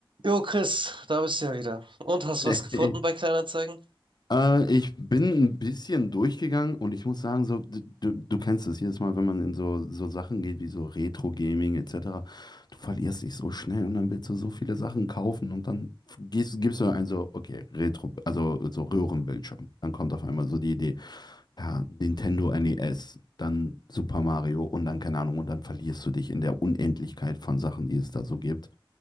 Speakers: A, on the right (about 60°); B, on the left (about 50°).
A: Jo, Chris, da bist du ja wieder. Und hast du
B: Hey,
A: was gefunden bei Kleinanzeigen?
B: äh, ich bin ein bisschen durchgegangen und ich muss sagen, so, du, du du kennst es jedes Mal, wenn man in so, so Sachen geht wie so Retro-Gaming etc., du verlierst dich so schnell und dann willst du so viele Sachen kaufen und dann gehst, gibst du ein so, okay, Retro, also so Röhrenbildschirm. Dann kommt auf einmal so die Idee, ja, Nintendo NES, dann Super Mario und dann keine Ahnung und dann verlierst du dich in der Unendlichkeit von Sachen, die es da so gibt.